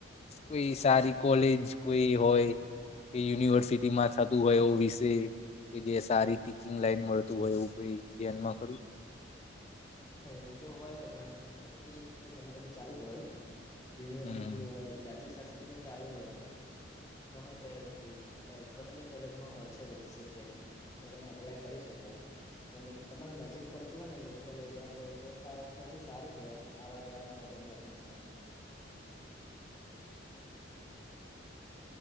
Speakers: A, on the left; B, on the left.
A: કોઈ સારી કોલેજ કોઈ હોય કે યુનિવર્સિટીમાં થતું હોય એ વિશે કે જે સારી ટીચિંગ લાઈન મળતું હોય એવું કોઈ ધ્યાનમાં ખરું?
B: એવું તો હોય કે બધી જગ્યાએ ઘણી બધી ચાલુ જ હોય યુનિવર્સિટીઓ
A: હમ
B: હોય રાજ્ય તો ચાલુ જ હોય છે ગમે તે ફિલ્ડમાં એટલે ગમે તે કોલેજમાં હોય છે જ સબજેક્ટ એ તમે અપ્લાય કરી શકો. ગમે તમારે નજીક પડતું હોય ને લોકલ એરિયા કે તો સા સૌથી સારું કેવાય આવા જવામાં પ્રોબ્લેમ ના થાય.